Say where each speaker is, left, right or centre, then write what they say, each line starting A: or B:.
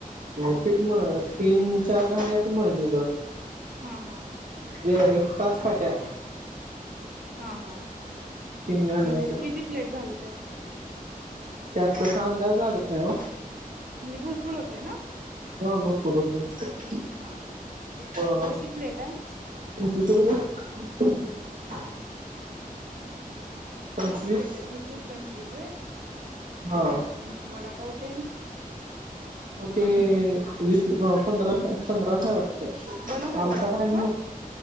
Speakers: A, on the right; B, on the right.
A: बहुतेक मग तीन चार घाण्याचं मळलेलो.
B: हा हा
A: हो एक पाच पाट्या
B: हा हा
A: तीन गाण्यांच
B: म्हणजे किती प्लेट झालं त्यात
A: त्यात तसा अंदाज लागत नाय ओ.
B: म्हणजे भरपूर होतय ना
A: हा भरपूर होतय
B: हा हा
A: हा
B: कशी प्लेट आहे
A: तीन किती रुपये? पंचवीस
B: कशी प्लेट आहे भजी पंचवीस व्हय
A: हा
B: आणि वडापाव <unintelligible>
A: ते वीस पंधरा पंधराचं हाय वाटत
B: बनवताय
A: आमचा
B: वडापाव
A: काय नाय
B: पण
A: ओ